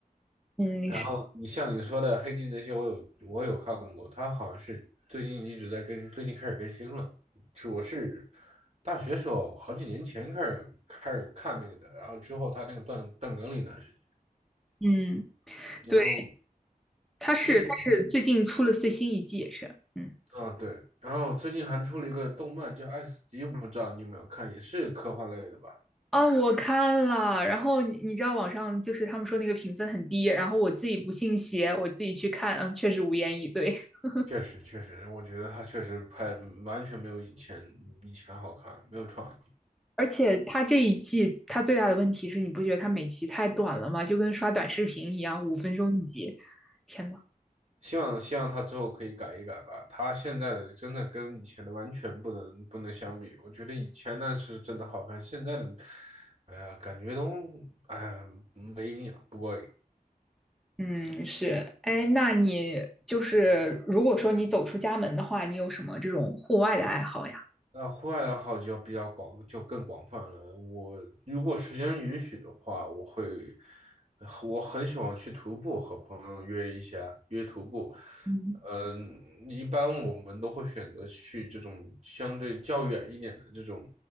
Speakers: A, in the centre; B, on the right (about 45°).
A: 嗯，
B: 然后你像你说的《黑镜》这些，
A: 是，
B: 我有我有看过，他好像是最近一直在更，最近开始更新了。是我是大学时候好几年前开始开始看那个的，然后之后他那个断断更了一段时间。
A: 嗯，
B: 然后
A: 对，它是它是最近出了最新一季，
B: 最近
A: 也是，嗯。
B: 啊对，然后最近还出了一个动漫叫《爱死机》，不知道你有没有看，也是科幻类的吧？
A: 啊，我看了，然后你你知道网上就是他们说那个评分很低，然后我自己不信邪，我自己去看，嗯，确实无言以对。<laughs>
B: 确实确实，我觉得他确实拍完全没有以前以前好看，没有创意。
A: 而且他这一季他最大的问题是你不觉得他每集太短了吗？就跟刷短视频一样，五分钟一集。天呐，
B: 希望希望他之后可以改一改吧。他现在的真的跟以前的完全不能不能相比。我觉得以前那是真的好看，现在的，哎呀，感觉都哎呀没营养，不过瘾
A: 嗯，是，哎，那你就是如果说你走出家门的话，你有什么这种户外的爱好呀？
B: 那户外的好就比较广，就更广泛了。我如果时间允许的话，我会，呃我很喜欢去徒步，和朋友约一下，约徒步。
A: 嗯
B: 嗯，一般我们都会选择去这种相对较远一点的这种，